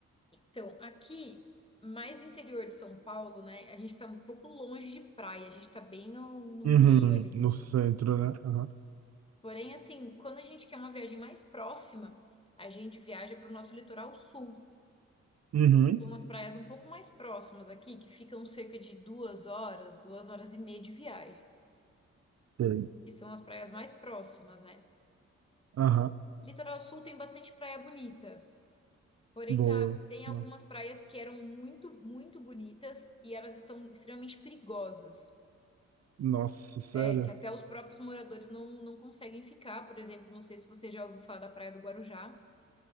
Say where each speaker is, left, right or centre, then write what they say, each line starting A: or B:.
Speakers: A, on the left; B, on the right.
A: Então, aqui, mais interior de São Paulo, né? A gente tá um pouco longe de praia, a gente tá bem no, no
B: Uhum,
A: meio ali.
B: no centro, né? Aham.
A: Porém, assim, quando a gente quer uma viagem mais próxima, a gente viaja para o nosso litoral sul,
B: Uhum.
A: que são as praias um pouco mais próximas aqui, que ficam cerca de duas horas, duas horas e meia de viagem,
B: Sei.
A: que são as praias mais próximas, né?
B: Aham.
A: Litoral sul tem bastante praia bonita. Porém,
B: Boa.
A: tá, tem algumas
B: No-
A: praias que eram muito, muito bonitas e elas estão extremamente perigosas.
B: Nossa, sério?
A: É, que até os próprios moradores não, não conseguem ficar. Por exemplo, não sei se você já ouviu falar da Praia do Guarujá.